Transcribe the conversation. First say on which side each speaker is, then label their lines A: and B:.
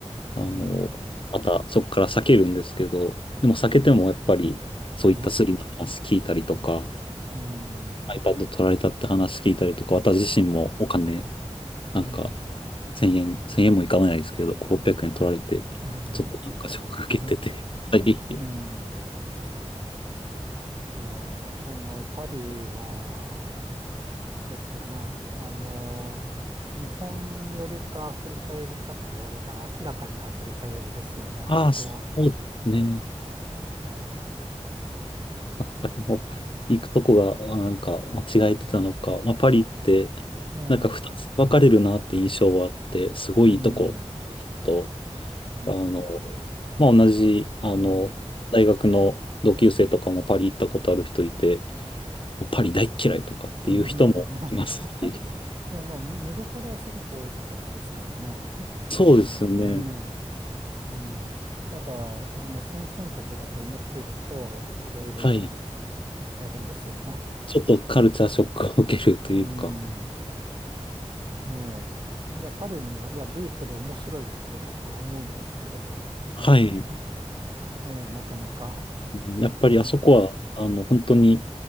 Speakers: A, on the left; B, on the right.
A: あの、
B: うん、
A: またそこから避けるんですけど、でも避けてもやっぱり、
B: <laughs>
A: そういったスリの話聞いたりとか、
B: うん、
A: iPad 取られたって話聞いたりとか、私自身もお金、
B: うん、
A: なんか、
B: <laughs>
A: 1000円、1円もいかないですけど、600円取られて、
B: うんお釣り取られて、
A: ちょっとなんかショック受けてて、
B: <laughs>
A: <laughs>
B: ええ、
A: はい。
B: ええいやー、あの、パリは、ですよね。あの日本よりかアフリカよりかって言われたら明らかにアフリカよりですよね、あそこは。
A: ああ、そうですね。
B: え
A: なんかでも、行くとこが、あなんか、間違えてたのか、まあ、パリって、
B: え、ええ、
A: なんか二つ分かれるなって印象はあって、すごいいいとこ、
B: うん、
A: 人と、
B: うん、
A: あの、まあ、同じ、あの、
B: ええ。
A: 大学の同級生とかもパリ行ったことある人いて、もうパリ大っ嫌いとかっていう人もいますし、
B: うん <laughs> いや、まあ、見どころはすごく多いところですからね。
A: そうですね。
B: うん、ね、うん。ただ、あの、先進国だと思っていくと、いろいろ
A: はい。
B: 大変ですよね。
A: ちょっとカルチャーショックを受けるというか、
B: うん。ええ。やっぱりもう、いや、ディープで面白いところだとは思うんですけど、<laughs> なかなか、
A: はい。
B: ええ、なかなか、
A: うんやっぱりあそこは、
B: うん、
A: あの、本当に